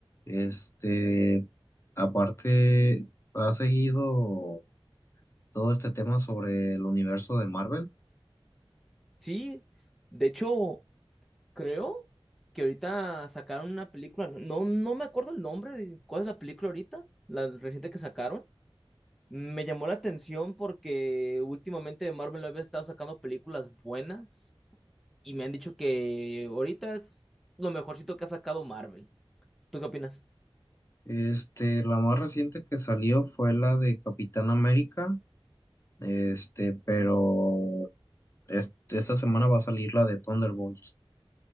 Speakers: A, on the left (about 30°); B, in the centre.
A: Este, aparte, ha seguido todo este tema sobre el universo de Marvel.
B: Sí, de hecho, Creo que ahorita sacaron una película, no, no no me acuerdo el nombre de cuál es la película ahorita, la reciente que sacaron. Me llamó la atención porque últimamente Marvel había estado sacando películas buenas y me han dicho que ahorita es lo mejorcito que ha sacado Marvel. ¿Tú qué opinas?
A: Este, la más reciente que salió fue la de Capitán América Este, pero es- esta semana va a salir la de Thunderbolts.